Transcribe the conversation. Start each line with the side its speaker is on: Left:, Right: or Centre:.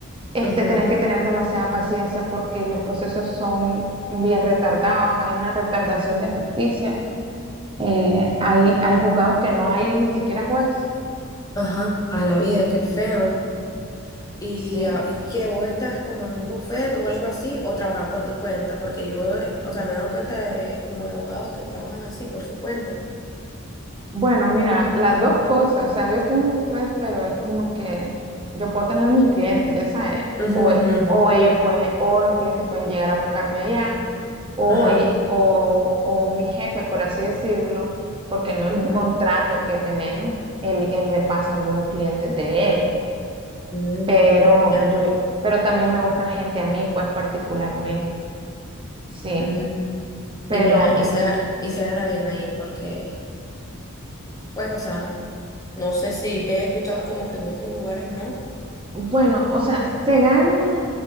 Right: este,
Left: ujú,
Right: tenés
Left: ujú,
Right: que tener demasiada paciencia porque los procesos son bien retardados, hay una retardación de justicia, eh, hay, hay juzgados que no hay ni siquiera juez.
Left: Ajá. A la vida, qué feo. ¿Y,
Right: Sí.
Left: ah, y qué? ¿Vos estás como en un buffet o algo así? ¿O trabajas por tu cuenta? Porque yo, eh, o sea, me he dado cuenta de como de abogados que trabajan así, por su cuenta.
Right: Bueno, mira, las dos cosas, o sea, yo estoy en buffet, pero es como que yo puedo tener mis clientes, ya sabes,
Left: Ujú,
Right: o,
Left: ujú,
Right: o ellos pueden, o los clientes pueden llegar a buscarme allá
Left: ujú.
Right: o,
Left: Ajá.
Right: e- o, o mi jefe, por así decirlo, porque no
Left: ujú.
Right: es un contrato que tenemos, él, él me pasa algunos clientes de él,
Left: Mm,
Right: pero
Left: ya.
Right: yo, pero también me buscan gente a mí, pues particularmente, sí,
Left: mm.
Right: pero
Left: Y mira, y se, y se gana bien ahí porque, pues, o sea, no sé si he escuchado como que en otros lugares no.
Right: bueno, o sea, se gana,